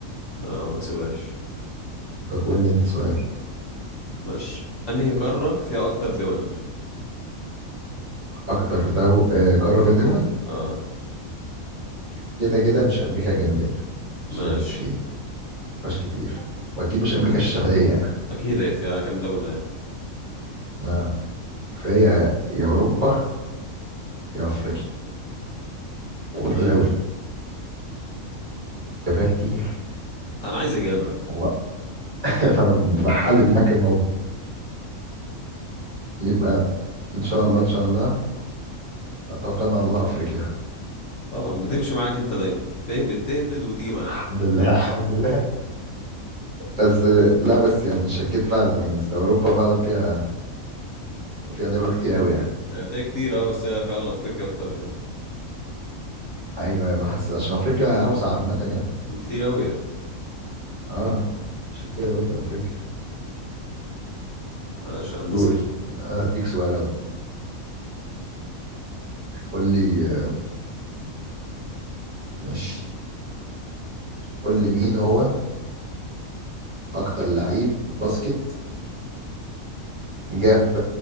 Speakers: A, on the left; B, on the right.
A: لا لا ما كسبهاش
B: طب قول لي انت سؤال
A: ماشي أنهي قارة فيها أكتر دول
B: اكتر دو... آه قارة فيها دول
A: اه
B: كده كده مش امريكا الجنوبية
A: ماشي
B: مش متفقين مش كتير واكيد مش امريكا الشمالية يعني
A: أكيد هي فيها كام دولة يعني
B: اه فهي يا اوروبا يا افريقيا وكتير
A: ماشي
B: قوي كفايه كتير
A: أنا عايز إجابة
B: هو <laughs> فانا بحلل معاك الموضوع يبقى ان شاء الله ان شاء الله توكلنا على الله افريقيا
A: طبعا بتمشي معاك أنت دايما تهبد تهبد وتيجي معاك
B: الحمد لله الحمد لله بس لا بس يعني شكيت فعلا يعني أصل اوروبا فعلا فيها فيها دول كتير قوي يعني
A: هي فيها كتير اه بس هي فعلا أفريقيا أكتر يعني
B: ايوه أيوة، ما أنا حسيت عشان افريقيا اوسع عامه يعني
A: كتير قوي يعني
B: اه عشان كده قلت افريقيا
A: انا عشان
B: دوري
A: بسأل
B: انا اديك سؤال انا قول لي آه، ماشي قول لي مين هو اكتر لعيب باسكت جاب